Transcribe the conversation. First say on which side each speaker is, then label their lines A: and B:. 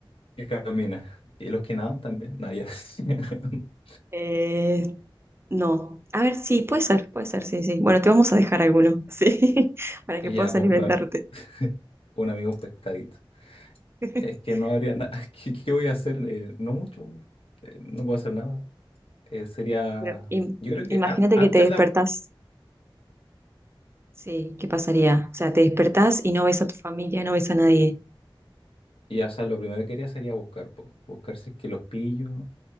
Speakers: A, on the left; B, on the right.
A: que camina. Y los que nadan también, no, ya. <laughs>
B: Eh, no. A ver, sí, puede ser, puede ser, sí, sí. Bueno, te vamos a dejar alguno, <laughs> sí, para
A: Y
B: que puedas
A: ya, jo,
B: alimentarte.
A: me- <laughs> un amigo, un pescadito.
B: <laughs>
A: Es que no habría nada. <laughs> ¿Qué, qué voy a hacer? Eh, no mucho. eh, no puedo hacer nada. Eh, sería.
B: Pero im-
A: Yo creo que
B: imagínate
A: an- antes
B: que te despertás.
A: de. au-
B: Sí, ¿qué pasaría? O sea, te despertás y no ves a tu familia, no ves a nadie.
A: Y o sea, lo primero que haría sería buscar, po. Buscar si es que los pillo.